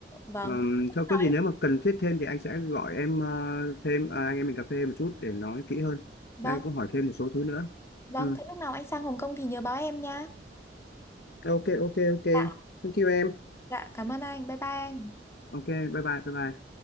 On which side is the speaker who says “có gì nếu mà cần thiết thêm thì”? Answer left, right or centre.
Left